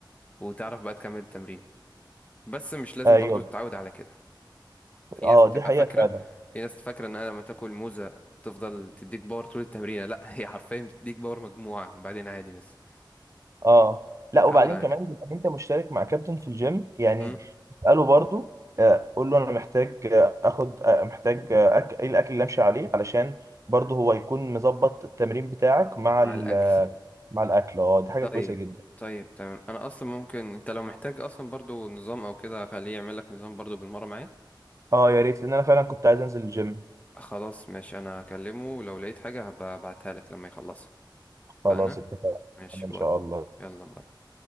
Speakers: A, on the left; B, on the right.
A: وتعرف بقى تكمل التمرين بس مش لازم
B: ايوه
A: برضو تتعود على كده في
B: اه
A: ناس بتبقى
B: دي حقيقه
A: فاكرة
B: فعلا
A: في ناس فاكرة ان انا لما تاكل موزة تفضل تديك باور طول التمرين لا هي حرفيا بتديك باور مجموعة بعدين عادي بس
B: اه لا
A: فتعود
B: وبعدين
A: على
B: كمان
A: كده
B: بيبقى انت مشترك مع كابتن في الجيم يعني
A: مم.
B: اساله برضو آه، قول له انا محتاج آه، اخد آه، محتاج آه، أك... ايه الاكل اللي امشي عليه علشان برضو هو يكون مظبط التمرين بتاعك مع
A: مع
B: ال...
A: الاكل
B: آه، مع الاكل اه دي حاجه
A: طيب
B: كويسه جدا
A: طيب تمام انا اصلا ممكن انت لو محتاج اصلا برضو نظام او كده خليه يعمل لك نظام برضو بالمرة معايا
B: اه يا ريت لان انا فعلا كنت عايز انزل الجيم
A: خلاص ماشي انا هكلمه ولو لقيت حاجة هبقى ابعتها لك لما يخلصها
B: خلاص
A: فانا
B: اتفقنا
A: ماشي
B: ان
A: باي
B: شاء الله
A: يلا باي